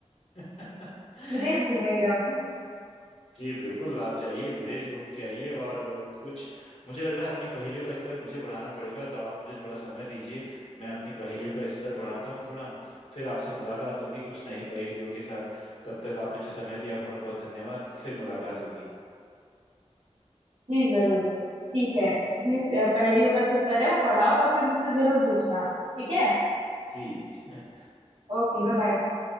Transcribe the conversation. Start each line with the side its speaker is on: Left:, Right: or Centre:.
Left: <laughs>
Right: विदेश घूमेंगे हम
Left: जी बिल्कुल आप जाइए विदेश घूम के आइए और कुछ मुझे लग रहा है अपनी पहेलियों का स्तर मुझे बढ़ाना पड़ेगा तो आप मुझे थोड़ा समय दीजिए मैं अपनी पहेलियों का स्तर बढ़ाता हूँ थोड़ा फिर आपसे मुलाकात होगी कुछ नई पहेलियों के साथ तब तक आपने जो समय दिया बहुत बहुत धन्यवाद फिर मुलाकात होगी
Right: जी जरूर ठीक है अपनी अ, पहेलियों का जो स्तर है वो बढ़ाओ और फिर मुझसे जरूर पूछना ठीक है
Left: जी <laughs>
Right: ओके बाय बाय